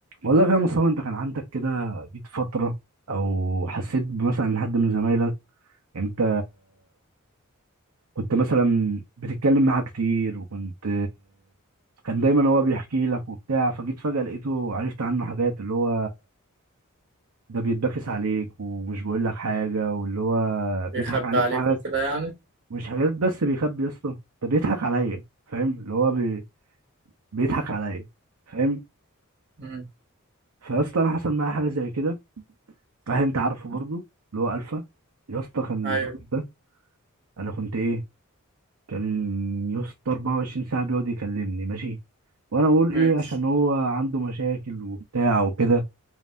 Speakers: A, on the right; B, on the right.
A: والله يا مصطفى انت كان عندك كده جيت فترة او حسيت مثلا ان حد من زمايلك انت كنت مثلا بتتكلم معاه كتير وكنت كان دايما هو بيحكي لك وبتاع فجيت فجأة لقيته عرفت عنه حاجات اللي هو ده بيتبكس عليك ومش بيقول لك حاجة واللي هو
B: بيخبي
A: بيضحك عليك
B: عليك
A: في حاجات
B: وكده يعني
A: مش حاجات بس بيخبي يا اسطى ده بيضحك عليا فاهم اللي هو بي... بيضحك عليا فاهم
B: امم
A: فيا اسطى انا حصل معايا حاجة زي كده هل انت عارفه برضو اللي هو الفا يا اسطى كان
B: ايوه
A: الراجل ده انا كنت ايه كان يا اسطى 24 ساعه بيقعد يكلمني ماشي وانا اقول
B: ماشي
A: ايه عشان هو عنده مشاكل وبتاع وكده